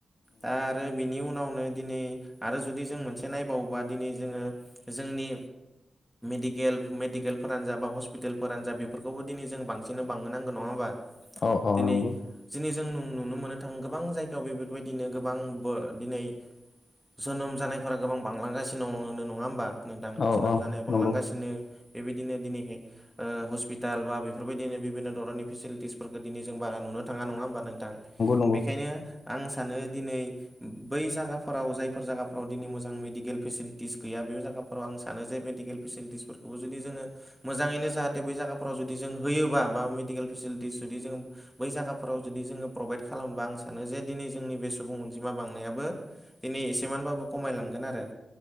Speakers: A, in the centre; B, on the left.
A: दा आरो बिनि उनावनो दिनै आरो जुदि जों मोनसे नायबावोबा दिनै जोङो जोंनि डिकेल मेडिकेलफोरानो जा बा हस्पिटालफोरानो जा बेफोरखौबो दिनै जों बांसिनै बांह नांगौ नङाबा
B: औ औ
A: दिनै
B: नंगौ
A: दिनै जों नुनो मोनो थाङ गोबां जायगायाव बेफोरबायदिनो गोबां दिनै जोनोम जानायफोरा गोबां बांलांगासिनो दङ होनो नङा होमबा नोंदां
B: औ
A: जोनोम जानाया बांलांगासिनो
B: नंगौ
A: बेबायदिनो दिनैहाय हे हस्पिटाल बा बेफोरबायदिनो बिभिन्न धरननि फेसिलिटिसफोरखौ दिन जों बा नुनो थाङा नङा होमबा नों- थां
B: नंगौ
A: बेखायनो आं सानो दिनै बै जायगाफोराव जायफोर जायगाफोराव दिनै मोजां मेडिकेल फेसिलिटिस गैया बे जायगा फोराव आं सानो जे मेडिकेल फेसिलिटिसफोरखौबो जुदि जोङो मोजाङैनो जाहाथे बे जायाफ्राव जुदि जों होयोबा बा मेडिकेल फेसिलिटिस जुदि जों बै जायगाफोराव जुदि जोङो प्रभाइद खालामबा आं सानो जे दिनै जोंनि बे सुबुं अनजिमा बांनायाबो दिनै एसेमानबाबो खमायलांगोन आरो।